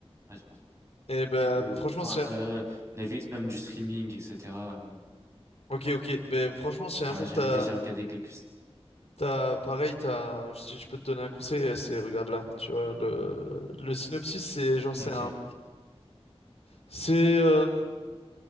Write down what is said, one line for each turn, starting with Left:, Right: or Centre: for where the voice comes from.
Right: Ouais, c'est pour ça.
Left: Et ben
Right: Ou-
Left: franchement,
Right: enfin,
Left: si.
Right: euh, Netflix, même du streaming, etc. euh,
Left: ok, ok. Ben franchement, si
Right: Enfin,
Left: un jour
Right: j'avais
Left: t'as
Right: déjà regardé quelques.
Left: T'as, pareil, t'as, si je peux te donner un conseil, c'est regarde là, tu vois, le, le synopsis, c'est genre, c'est
Right: Ok,
Left: un, c'est euh,